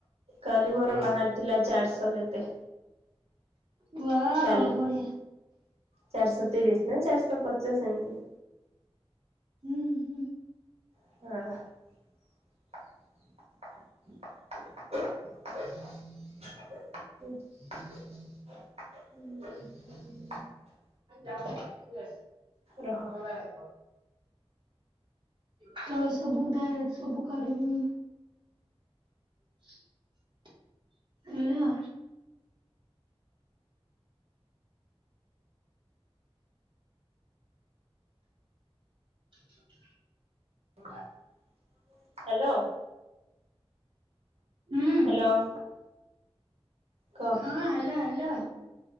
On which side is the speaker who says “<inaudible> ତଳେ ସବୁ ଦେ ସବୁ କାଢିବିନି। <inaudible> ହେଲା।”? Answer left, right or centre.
Right